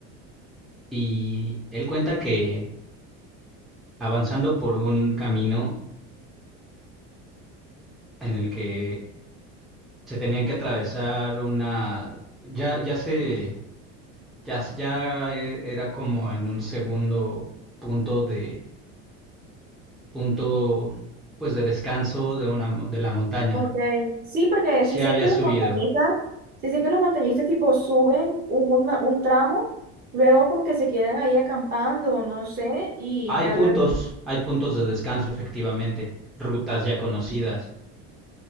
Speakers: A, in the centre; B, on the right.
A: Y él cuenta que avanzando por un camino en el que se tenían que atravesar una... Ya, ya se... Ya, ya e- era como en un segundo punto de... punto pues de descanso de una mo- de la montaña.
B: Ok. Sí, porque
A: Se
B: sí sé
A: había
B: que
A: subido
B: los montañistas, sí sé que los montañistas tipo suben una- un tramo, luego como que se quedan ahí acampando o no sé, y
A: Hay
B: ya
A: puntos,
B: luego...
A: hay puntos de descanso efectivamente, rutas ya conocidas.